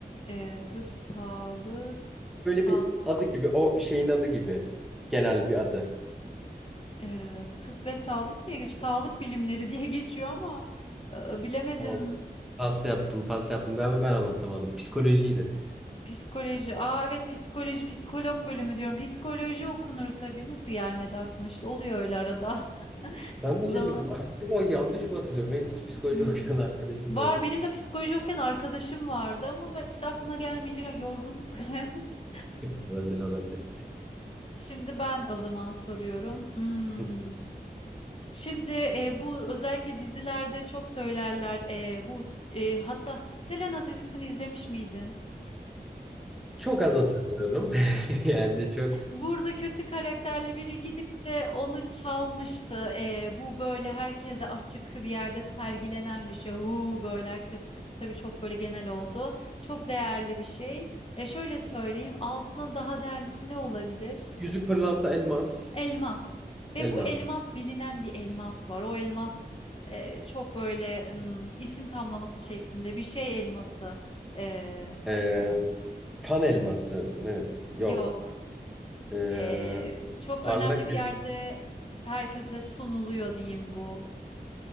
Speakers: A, on the left; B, in the centre.
A: e, tıp, sağlık,
B: Böyle
A: sağlık,
B: bir adı gibi. O şeyin adı gibi. Genel bir adı.
A: e, tıp ve sağlık diye geçiyor. Sağlık bilimleri <laughs> diye geçiyor ama e, bilemedim.
B: Tamam. Pas yaptım, pas yaptım. Galiba ben anlatamadım. Psikolojiydi.
A: Psikoloji. Aa evet psikoloji, psikolog bölümü diyorum. Psikoloji okunur tabii. Nasıl gelmedi aklıma işte. Oluyor öyle arada. <laughs>
B: Ben de
A: O
B: şaşırdım.
A: zaman
B: Acaba yanlış mı hatırlıyorum? Benim hiç
A: iyi-
B: psikoloji okuyan arkadaşım
A: var
B: da yok.
A: benim de psikoloji okuyan arkadaşım vardı ama ben işte aklına gelmeyecek yani yorgunluk. <laughs>
B: <laughs> Olabilir, olabilir.
A: Şimdi ben o zaman soruyorum. Hmm.
B: Hı.
A: Şimdi e, bu özellikle dizilerde çok söylerler. E, bu e, hatta Selena dizisini izlemiş miydin?
B: Çok az hatırlıyorum. <laughs> Yani çok.
A: Burada kötü karakterli biri gidip de onu çalmıştı. Ee, bu böyle herkese açık bir yerde sergilenen bir şey. Huu böyle herkes tabii çok böyle genel oldu. Çok değerli bir şey. E şöyle söyleyeyim, altının daha değerlisi ne olabilir?
B: Yüzük pırlanta elmas.
A: Elmas. Ve
B: Elmas.
A: bu elmas bilinen bir elmas var. O elmas e, çok böyle ım, isim tamlaması şeklinde bir şey elması. E,
B: Ee, kan elması mı? Yok.
A: yok.
B: Ee,
A: Ee, çok
B: parlak
A: önemli bir
B: elması.
A: yerde herkese sunuluyor diyeyim bu.